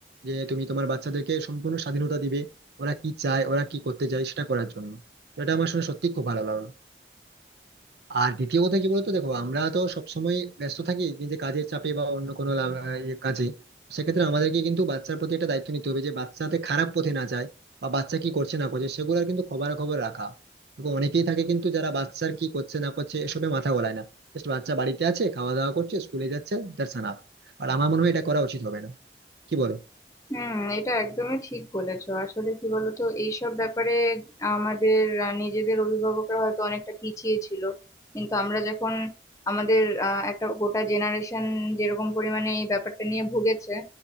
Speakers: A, on the right; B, on the left.
A: যে তুমি তোমার বাচ্চাদেরকে সম্পূর্ণ স্বাধীনতা দিবে ওরা কি চায় ওরা কি করতে চায় সেটা করার জন্য তো এটা আমার শুনে সত্যি খুব ভালো লাগলো আর দ্বিতীয় কথা কি বলতো দেখো আমরা তো সবসময় ব্যস্ত থাকি নিজে কাজের চাপে বা অন্য কোনো লা- আহ, ইয়ে কাজে সেক্ষেত্রে আমাদেরকে কিন্তু বাচ্চার প্রতি একটা দায়িত্ব নিতে হবে যে বাচ্চাতে খারাপ পথে না যায় বা বাচ্চা কি করছে না করছে সেগুলোর কিন্তু খবরাখবর রাখা দেখো অনেকেই থাকে কিন্তু যারা বাচ্চার কি করছে না করছে এসবে মাথা গলায় না জাস্ট বাচ্চা বাড়িতে আছে খাওয়া দাওয়া করছে স্কুলে যাচ্ছে দ্যাটস এনাফ আর আমার মনে হয় এটা করা উচিত হবে না কি বলো
B: হুম এটা একদমই ঠিক বলেছো আসলে কি বলতো এইসব ব্যাপারে আমাদের আহ, নিজেদের অভিভাবকরা হয়তো অনেকটা পিছিয়ে ছিল কিন্তু আমরা যখন আমাদের আহ, একটা গোটা জেনারেশন যেরকম পরিমাণে এই ব্যাপারটা নিয়ে ভুগেছে